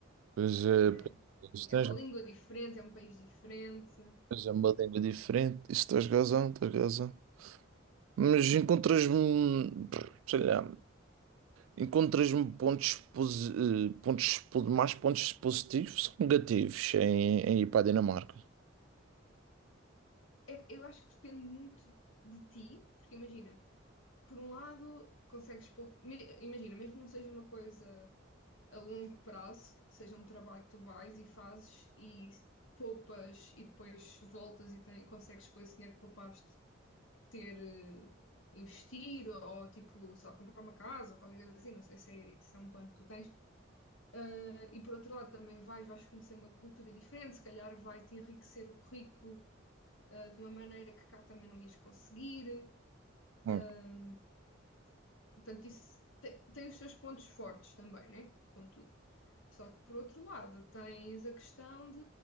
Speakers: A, on the right (about 85°); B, on the left (about 80°).
A: Pois é,
B: né?
A: pois
B: É
A: é,
B: uma
A: tens,
B: língua diferente, é um país diferente.
A: pois é uma língua diferente. Isso tens razão, tens razão. Mas encontras-me, sei lá. Encontras-me pontos, posi- eh, pontos, po- mais pontos positivos ou negativos em, em ir para a Dinamarca?
B: É- eu acho que depende muito de ti, porque imagina, por um lado, consegues pôr. me- Imagina, mesmo que não seja uma coisa a longo prazo, seja um trabalho que tu vais e fazes e poupas e depois voltas e tem- consegues pôr esse dinheiro que poupaste ter, eh, investir ou tipo, sei lá, comprar uma casa, ou qualquer coisa assim, não sei se é, se é um plano que tu tens. Ah, e por outro lado também vais, vais conhecer uma cultura diferente, se calhar vai-te enriquecer o currículo, ah, de uma maneira que cá também não ias conseguir.
A: Hum,
B: Ahm, portanto, isso te- tem, os seus pontos fortes também, né? Contudo. Só que por outro lado tens a questão de